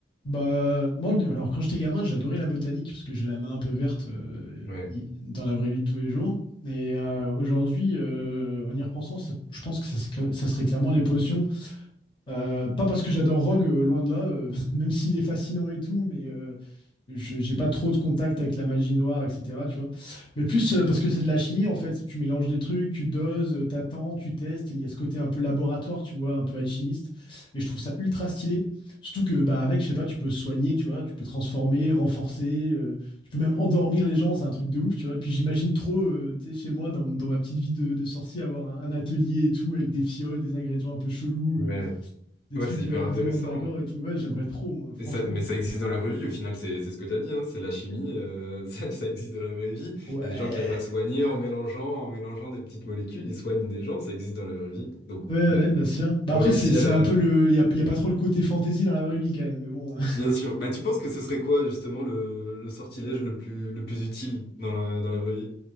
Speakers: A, on the left; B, on the left.
A: Bah, moi, le- alors quand j'étais gamin, j'adorais la botanique, parce que j'ai la main un peu verte euh,
B: Ouais.
A: y- dans la vraie vie de tous les jours. Et euh, aujourd'hui, euh, en y repensant, ça- je pense que ça, se- ça serait clairement les potions. Euh, pas parce que j'adore Rogue, euh, loin de là, euh, <laughs> même s'il est fascinant et tout, mais euh, je- j'ai pas trop de contact avec la magie noire, etc. Tu vois. Mais plus euh, parce que c'est de la chimie, en fait. Tu mélanges des trucs, tu doses, euh, t'attends, tu testes. Il y a ce côté un peu laboratoire, tu vois, un peu alchimiste. Et je trouve ça ultra stylé. Surtout que bah, avec, je sais pas, tu peux soigner, tu vois, tu peux transformer, renforcer, euh, tu peux même endormir les gens, c'est un truc de ouf, tu vois. Et puis j'imagine trop, euh, tu sais, chez moi, dans, dans ma petite vie de, de sorcier, avoir un, un atelier et tout, avec des fioles, des ingrédients un peu chelous.
B: Ouais,
A: euh, des
B: ouais,
A: trucs
B: c'est hyper
A: euh,
B: intéressant.
A: de Mandragore et tout. Ouais, j'aimerais trop, moi, franchement.
B: Et ça, mais ça existe dans la vraie vie, au final, c'est c'est ce que tu as dit, hein, c'est la chimie, euh, <laughs> ça, ça existe dans la vraie vie.
A: Ouais.
B: Il y a des gens qui arrivent à soigner en mélangeant, en mélangeant des petites molécules, ils soignent des gens, ça existe dans la vraie vie. Donc,
A: Ouais, ouais,
B: bon,
A: bien sûr. Bah
B: ils
A: après,
B: ont réussi
A: c'est c'est
B: à...
A: un peu le. Il n'y a, y a pas trop le côté fantasy dans la vraie vie quand même. Mais bon, <laughs>
B: Bien sûr. Bah, tu penses que ce serait quoi, justement, le, le sortilège le plus, le plus utile dans la, dans la vraie vie?